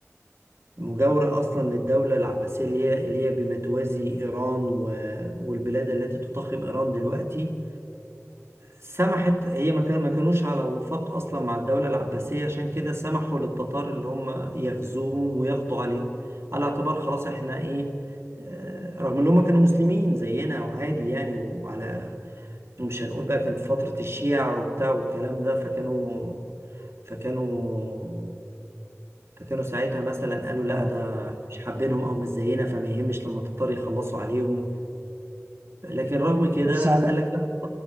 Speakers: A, on the right; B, on the right.
A: المجاورة أصلا للدولة العباسية اللي هي اللي هي بما توازي إيران و- والبلاد التي تضخم إيران دلوقتي سمحت هي ما كان- ما كانوش على وفاق اصلا مع الدوله العباسيه عشان كده سمحوا للتتار اللي هم يغزوهم ويقضوا عليهم على اعتبار خلاص احنا ايه آه، رغم ان هم كانوا مسلمين زينا وعادي يعني وعلى ومش هنقول بقى كان في فتره الشيع وبتاع والكلام ده فكانوا فكانوا فكانوا ساعتها مثلا قالوا لا
B: اه
A: ده مش حابينهم او مش زينا فما يهمش لما التتار يخلصوا عليهم لكن رغم كده
B: بس على
A: قال لك لا